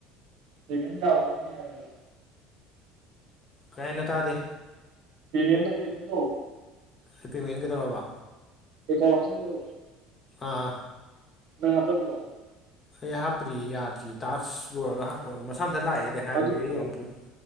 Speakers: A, on the right; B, on the left.
A: ꯁꯤꯃꯤ ꯌꯥꯕꯅꯤ ꯌꯥꯔꯅ
B: ꯀꯩꯅꯣ ꯇꯥꯗꯦ
A: ꯄꯤꯂꯗꯣ ꯄꯤꯂꯦꯟꯗꯣ
B: ꯑꯩ ꯄꯤ ꯃꯦꯟꯒꯗꯧ꯭ꯔꯕ
A: ꯑꯩ ꯀꯣ ꯑꯣꯐꯁꯟꯗꯣ
B: ꯑꯥ
A: ꯅ ꯑꯄꯥꯣ
B: ꯑꯩ ꯍꯥꯞꯇ꯭ꯔꯤ ꯌꯥꯗ꯭ꯔꯤ ꯇꯥꯛꯁ ꯌꯣꯏꯔꯒ ꯍꯥꯞꯄ ꯃꯁꯥ ꯃꯊ ꯂꯥꯛꯑꯦꯗꯤ ꯍꯥꯏꯕꯅꯦ
A: ꯑꯗꯨ
B: ꯑꯩꯗꯣ ꯑꯃꯨꯐꯛ